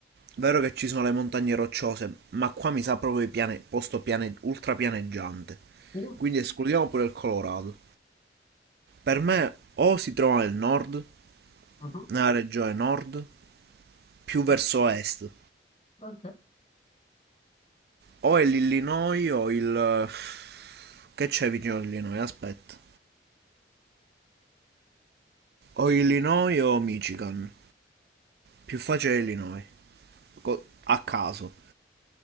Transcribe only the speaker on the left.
Sì,
mhm,
mhm,
ok.